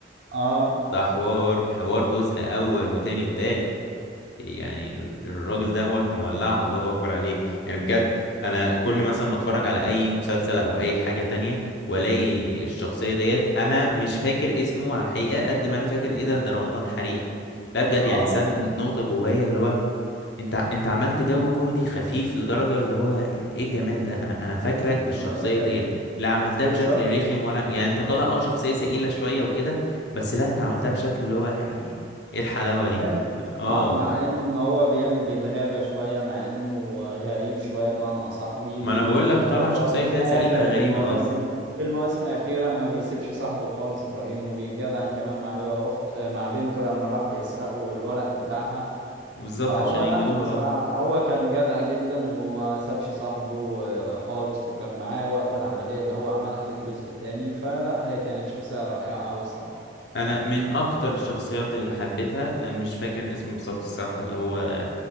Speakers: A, on the right; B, on the left.
A: اه
B: ده حوار حوار جزء اول وتاني وتالت يعني ال- الراجل دوت مولعها الله اكبر عليه يعني بجد انا كل مثلا ما اتفرج على اي مسلسل او اي حاجة تانية والاقي الشخصية ديت انا مش فاكر اسمه على الحقيقة قد ما انا فاكر ايه ده ده رمضان حريقة لا بجد
A: اه
B: يعني ساب نقطة جوايا اللي هو انت انت عملت جو كوميدي خفيف لدرجة اللي هو يعني ايه الجمال ده انا انا فاكرك بالشخصية
A: يعني درجة حلو
B: ديت لا عملتها
A: بالظبط
B: بشكل رخم ولا يعني انت طالع اه شخصية سئيلة شوية وكده بس لا انت عملتها بشكل اللي هو يعني ايه الحلاوة دي
A: حلو
B: اه
A: اه مع انه ان هو بيعمل بيتغابى شوية مع انه غريب شوية بمعنى اصح وي
B: ما
A: وي
B: انا بقول
A: وي، لكن
B: لك طالع
A: هو برضه
B: شخصية
A: في
B: كده
A: اخر
B: سئيلة
A: المواسم
B: غريبة اه
A: في المواسم الاخيرة ما بيسيبش صاحبه خالص ابراهيم وبيتجدعن كمان مع بي- اخت آه، مع بنته لما راحوا يسرقوا الورق بتاعها
B: بالظبط
A: فهو
B: عشان
A: لا
B: ينجدوها
A: بصراحة
B: اه
A: هو كان جدع جدا وما سابش صاحبه آه، خالص وكان معاه وقت العملية اللي هو عملها في الجزء التاني فلا هي كانت شخصية رائعة أوي الصراحة
B: انا من اكتر الشخصيات اللي حبيتها مش فاكر اسمه بالظبط الصراحة اللي هو